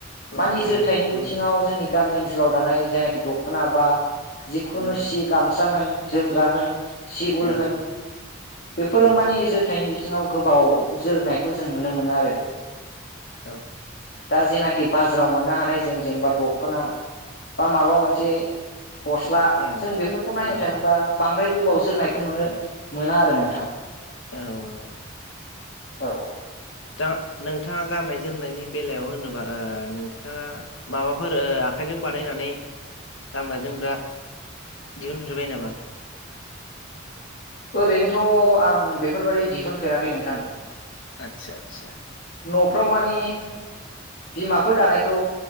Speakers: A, on the left; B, on the left.
A: उम
B: मानि
A: उम
B: जोरथायनि बिथिङाव
A: उम उम
B: जोंनि गामि ओनसोलाव दानाय जेनाखि दखना बा जिखुनु
A: उम
B: सि गामसा होन जोमग्रा होन सि उल
A: औ
B: होन बेफो फोर
A: उम
B: मानि जोरथायनि बिथिङाव गोबाव जोरनायखौ जों नुनो मोनो आरो
A: औ
B: दा जेनाखि बाजाराव मोननो हानाय जों जेनेबा दख'ना बा माबा मोनसे गस्ला
A: औ
B: जों बेफोरखौ नायनो
A: औ
B: थाङोबा बांद्राय गोबाव जोननायखौ नुनो मोना आरो नोंथां
A: औ
B: औ
A: दा नोंथाङा गाननाय जोमनायनि बेलायाव होनोबा ओ नोंथाङा माबाफोर ओ आखायजों बानायनानै गानग्रा जोमग्रा दिहुनफेरबाय नामा?
B: ओरैनोथ' आं बेफोरबायदि दिहुनफेराखै नोंथां
A: आतसा आतसा
B: न'फ्राव मानिे बिमाफोर दानायखौ